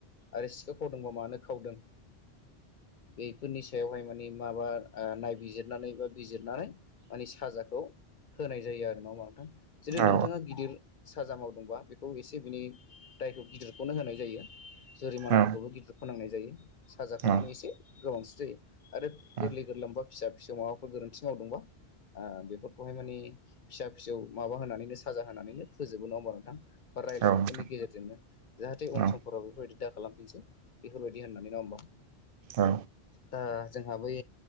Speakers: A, on the left; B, on the right.
A: आरो सिखाव खावदोंबा मानो खावदों? बेफोरनि सायावहाय माने माबा आ नायबिजिरनानै बा बिजिरनानै माने साजाखौ होनाय जायो आरो नङा होमबा नोंथां? जोदि
B: औ
A: नोंथाङा गिदिर साजा मावदोंबा बेखौ एसे बिनि दायखौ गिदिरखौनो होनाय जायो जुरिमानाफोरखौबो
B: औ
A: गिदिर फोनांनाय जायो। साजाखौ
B: औ
A: माने एसे गोबांसिन जायो। आरो
B: औ
A: गोरलै गोरलाम बा फिसा फिसौ माबाफोर गोरोन्थि मावदोंबा आ बेफोरखौहाय माने फिसा फिसौ माबा होनानैनो साजा होनानैनो फोजोबो नङा ओनबा नोंथां बा रायजलायनायफोरनि
B: औ नोंथां
A: गेजेरजोंनो। जाहाथे उन
B: औ
A: समफोराव बेफोरबायदि दा खालामफिनसै बेफोरबायदि होननानै नङा ओनबा?
B: औ
A: दा जोंहा बै